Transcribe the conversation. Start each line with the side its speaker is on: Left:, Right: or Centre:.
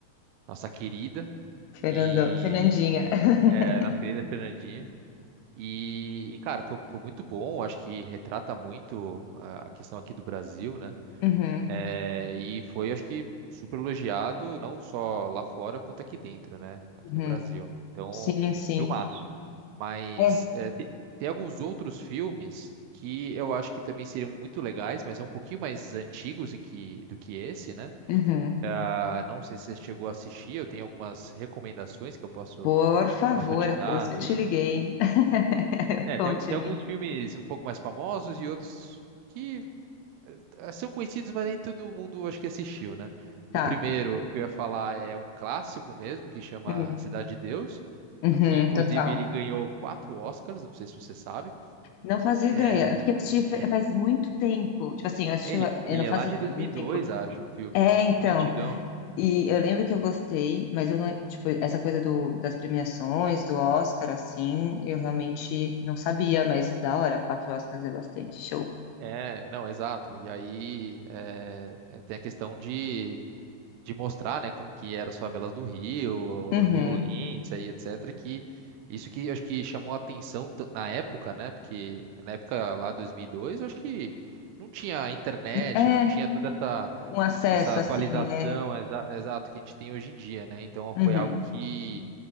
Right: nossa querida
Left: Fernando,
Right: e
Left: Fernandinha. <laughs>
Right: eh, nossa querida Fernandinha. E, e, cara, foi, foi muito bom. Acho que retrata muito ah, a questão aqui do Brasil, né?
Left: Uhum,
Right: É, e foi, acho que, super elogiado, não só lá fora, quanto aqui dentro, né? Aqui
Left: uhum.
Right: no Brasil. Então,
Left: Sim, sim.
Right: filmaço. Mas
Left: É.
Right: é, te- tem, alguns outros filmes que eu acho que também seriam muito legais, mas são um pouquinho mais antigos e que, do que esse, né?
Left: Uhum.
Right: Ah, não sei se você chegou a assistir, eu tenho algumas recomendações que eu posso,
Left: Por favor,
Right: posso te
Left: é
Right: dar,
Left: por isso
Right: assim.
Left: que eu te liguei. <laughs>
Right: É,
Left: Conte-me.
Right: tem, al- tem alguns filmes um pouco mais famosos e outros. que ah, são conhecidos, mas nem todo mundo acho que assistiu, né?
Left: Tá.
Right: O primeiro que eu ia falar é um clássico mesmo, que chama
Left: Hum.
Right: Cidade de Deus,
Left: Uhum,
Right: que inclusive
Left: total.
Right: ele ganhou quatro Oscars, não sei se você sabe.
Left: Não fazia ideia.
Right: É,
Left: É Porque eu assisti fa-
Right: é-
Left: faz muito tempo. Tipo assim, eu assisti.
Right: ele, ele
Left: Eu não
Right: é
Left: faço
Right: lá de
Left: ideia,
Right: 2002,
Left: há muito tempo.
Right: acho, o filme.
Left: É, então.
Right: É bem antigão.
Left: E eu lembro que eu gostei, mas eu não. Tipo, essa coisa do, das premiações, do Oscar, assim, eu realmente não sabia, mas da hora, quatro Oscars é bastante. Show.
Right: É, não, exato. E aí é, é, tem a questão de de mostrar, né, como que eram as favelas do Rio,
Left: Uhum.
Right: a violência e etc, que isso que eu acho que chamou a atenção ta- na época, né, porque na época lá 2002, eu acho que não tinha internet,
Left: É,
Right: não tinha toda essa
Left: um acesso,
Right: essa atualização
Left: assim, né?
Right: exa exato que a gente tem hoje em dia, né? Então
Left: Uhum.
Right: foi algo que